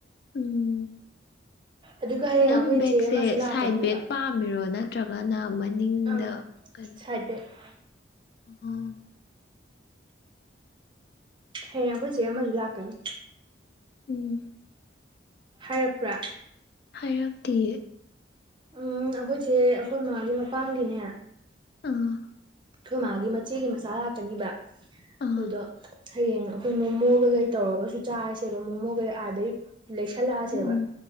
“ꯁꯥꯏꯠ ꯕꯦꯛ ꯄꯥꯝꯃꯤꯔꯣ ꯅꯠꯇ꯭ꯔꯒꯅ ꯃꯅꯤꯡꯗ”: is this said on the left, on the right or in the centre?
Left